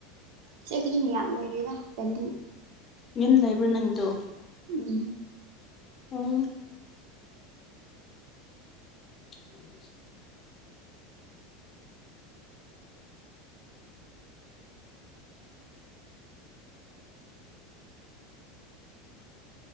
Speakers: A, on the right; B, on the left.
A: ꯀꯗꯤꯅꯤ ꯌꯥꯝ ꯂꯩ ꯀꯗ ꯀꯦꯟꯗꯤ
B: ꯌꯨꯝ ꯂꯩꯕ꯭ꯔꯣ ꯅꯪꯒꯤꯗꯣ
A: ꯎꯝ
B: ꯎꯝ <inaudible>